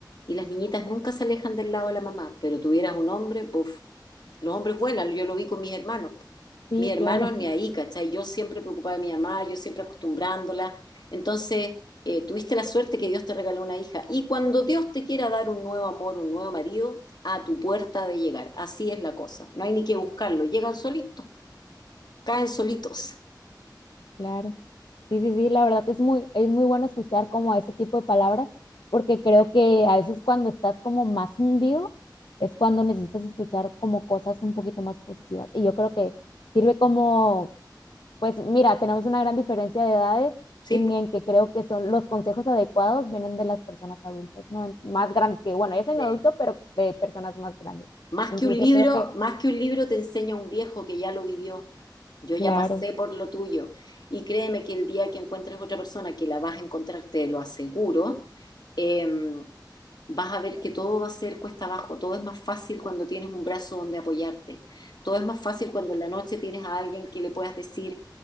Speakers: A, on the left; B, on the left.
A: Y las niñitas nunca se alejan del lado de la mamá, pero tuvieras un hombre, buf, los hombres vuelan, yo lo vi con mis hermanos.
B: Sí,
A: Mis hermanos
B: claro,
A: ni ahí, ¿cachai? Yo siempre preocupada de mi mamá, yo siempre acostumbrándola. Entonces, eh, tuviste la suerte que Dios te regaló una hija. Y cuando Dios te quiera dar un nuevo amor, un nuevo marido, a tu puerta ha de llegar. Así es la cosa. No hay ni que buscarlo. Llegan solitos, caen solitos.
B: claro. Sí, sí, sí, la verdad es muy, es muy bueno escuchar como ese tipo de palabras, porque creo que a veces cuando estás como más hundido es cuando necesitas escuchar como cosas un poquito más positivas. Y yo creo que sirve como, pues mira, tenemos una gran diferencia de edades
A: ¿Sí?
B: y en que creo que son los consejos adecuados vienen de las personas adultas, ¿no? En- Más grandes que, bueno, yo soy
A: Sí.
B: un adulto, pero de personas más grandes.
A: Más
B: Incluso
A: que un libro,
B: creo que,
A: más que un libro te enseña un viejo que ya lo vivió. Yo ya
B: claro,
A: pasé por lo tuyo. Y créeme que el día que encuentres otra persona que la vas a encontrar, te lo aseguro, eh, vas a ver que todo va a ser cuesta abajo. Todo es más fácil cuando tienes un brazo donde apoyarte. Todo es más fácil cuando en la noche tienes a alguien que le puedas decir